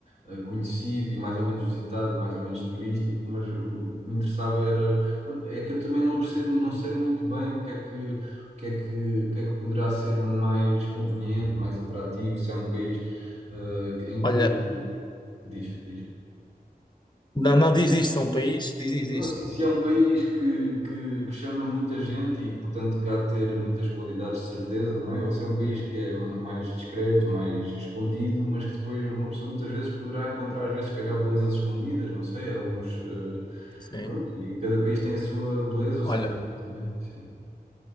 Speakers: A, on the right; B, on the left.
A: eh, conhecido e mais ou menos visitado, mais ou menos turístico, mas o, o que me interessava era, é que eu também não percebo, não sei muito bem o que é que o que é que, o que é que poderá ser mais conveniente, mais atrativo, se é um país eh, em
B: Olha,
A: que diz, diz.
B: não, não diz isto, é um país, diz, diz,
A: Não,
B: diz.
A: se, se é um país que, que, que chama muita gente e, portanto, que há de ter muitas qualidades de certeza, não é? Ou se é um país que é m- mais discreto, mais escondido, mas que depois uma pessoa muitas vezes poderá encontrar, às vezes, se calhar, belezas escondidas, não sei, alguns. eh,
B: Sim.
A: pronto, e cada país tem a sua beleza, o seu
B: Olha,
A: encanto, não é? Sim.